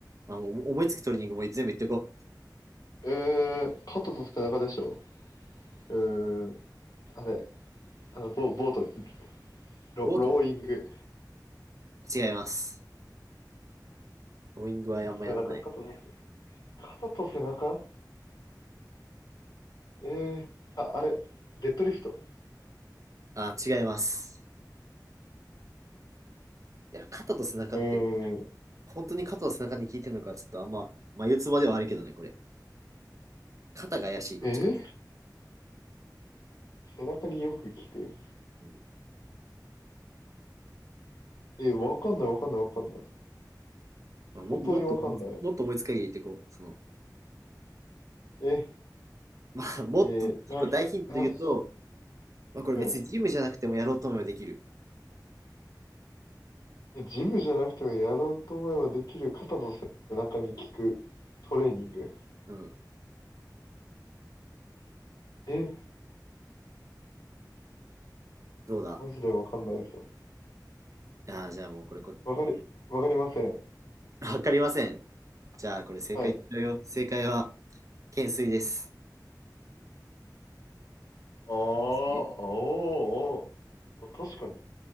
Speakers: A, on the right; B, on the left.
A: まあ、もう思いつくトレーニングも全部言ってこう。
B: えー、肩と背中でしょ。うーん、あれ、あの、ボボート、ロローイング。
A: ボートも違います。ローイングはあんまやんない。
B: 肩と背中、肩と背、肩と背中えー、あ、あれ、デッドリフト。
A: あ、違います。いや、肩と背中って、
B: うーん、
A: 本当に肩と背中に効いてるのか、ちょっとあんま、眉唾ではあるけどね、これ。肩が怪しい、どっちかって。
B: えー、背中によく効く。
A: うん
B: えー、わかんないわかんないわかんない。
A: まあ、
B: 本当にわかんない。
A: ももっと思いつ、もっと思いつく限り言ってこう。その、
B: え
A: <laughs> まあ、もっと、
B: えー、
A: 結構大ヒント言うと、
B: なん、なん、
A: まあ、これ別にジムじゃなくてもやろうと思えばできる。
B: うん。えジムじゃなくてもやろうと思えばできる肩と背中に効くトレーニング。
A: うん。
B: え、
A: どうだ
B: マジでわかんないぞ。
A: ああ、じゃあもうこれこっ
B: わかり、わかりません。
A: <laughs> わかりません。じゃあ、これ正解言っちゃうよ。
B: はい。
A: 正解は、懸垂です。
B: ああ、お
A: 懸垂
B: ー、おー。あ確かに。